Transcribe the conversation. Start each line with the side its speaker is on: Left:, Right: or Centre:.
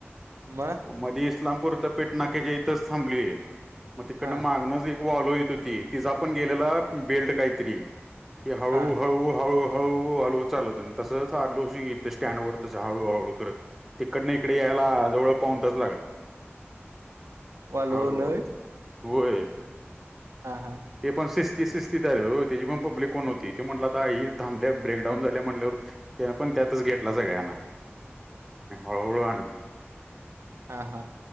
Right: मग?
Centre: मधी इस्लामपूरच्या पेट नाक्याच्या इथच थांबली मग तिकडन
Right: हा
Centre: मागण एक वॉलो येत होती तिचा पण गेलेला बेल्ट काहीतरी ती हळू
Right: हा
Centre: हळू हळू. हळू हळू चालत तसच आठ वर्ष गेली. स्टँड वरच हळू हळू करत तिकडन इकड यायला जवळ पाऊणतास लागला
Right: वालवून
Centre: हळूहळू
Right: होय
Centre: होय.
Right: हां हां
Centre: ते पण शिस्तीत शिस्तीत आले हो त्याची पण पब्लिक कोण होती ते म्हटल <unintelligible> आता ही थांबल्या ब्रेकडाऊन झाली म्हटल्यावर. त्यानपण त्यातच घेतला सगळ्यांना हळूहळू आणली.
Right: हां हां